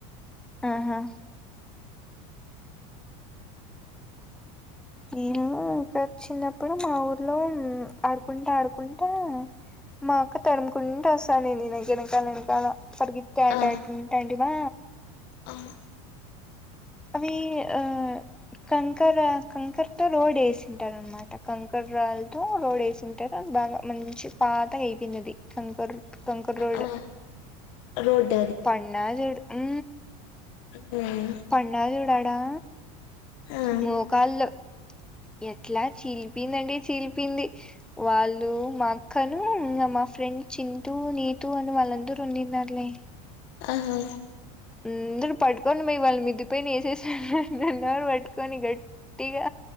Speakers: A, in the centre; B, on the left (about 65°).
A: ఆహా ఏను ఇంక చిన్నప్పుడు మా ఊర్లో. ఆడుకుంటా ఆడుకుంటా మా అక్క తరుముకుంటే వస్త. సని నకకాలనకాల పడుకితే ఆటంటండి
B: ఆ
A: మా
B: ఆ
A: అవి ఆ కంకర్ కంకర్ త లోడ్ వేసింటారు అనమాట కంకరాలతో లోడ్ వేసింటారు అది బాగా మంచి పాతగా అయిపోయింది. కంకర్ కంకర్ రోడ్
B: ఆ రోడ్
A: పన్న చుడు హు
B: హు
A: పన్న చూడాడా
B: ఆ
A: మొకళ్ళు ఎట్లా చీలిపిందండి చీలిపింది వాళ్ళు మా అక్క హు ఇంగ మా ఫ్రెండ్ చింటూ నీతూ అని వాళ్ళందరూ ఉండిన్నారులే
B: ఆహా
A: అందరు పట్కోండి మీ వాళ్ళ మిద్దపైనా ఏసేసన్నారు నన్నార్ కని గట్టిగా